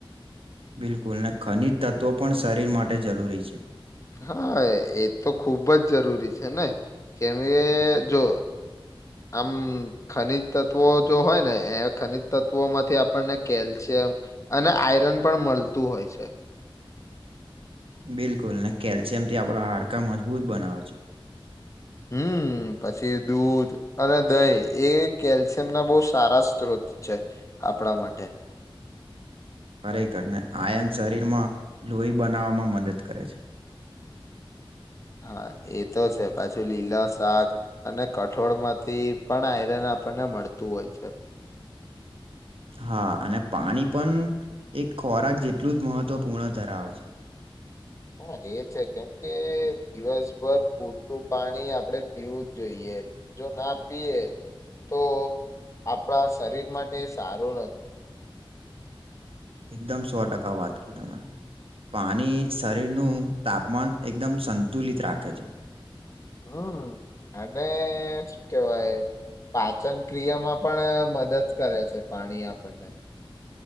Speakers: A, on the right; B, on the left.
A: બિલકુલ ને ખનિજ તત્વો પણ શરીર માટે જરૂરી છે.
B: હા એ તો ખુબ જ જરૂરી છે ને. કેમ એ જો આમ ખનિજ તત્વો જો હોય ને એ ખનિજ તત્વો માંથી આપણને કેલસી એમ અને આયરન પણ મળતું હોય છે.
A: બિલકુલ ને કેલ્શિયમથી આપણાો હાડકા મજબૂત બનાવે છે.
B: હમ પછી દૂધ અને દહીં એ કેલ્શિયમ ના બહુ સારા સ્ત્રોત છે આપણા માટે.
A: <inaudible> ખરેખરને આયન શરીરમાં લોહી બનાવવામાં મદદ કરે છે. <inaudible>
B: હા એ તો છે પાછું લીલા શાક અને કઠોળ માંથી પણ આયરન આપણને મળતું હોય છે.
A: <inaudible> હા અને પાણી પણ એક ખોરાક જેટલું જ મહત્વપૂર્ણ ધરાવે છે. <inaudible>
B: હા એ છે કેમ કે દિવસભર પૂરતું પાણી આપડે પીવું જ જોઈએ છે જો ના પીએ તો આપણા શરીર માટે સારું નથી.
A: એકદમ સો ટકા વાત કઈ તમે. પાણી શરીરનું તાપમાન એકદમ સંતુલિત રાખે છે.
B: હમ્મ અને શું કેવાય પાચન ક્રિયામાં પણ મદદ કરે છે પાણી આપણને.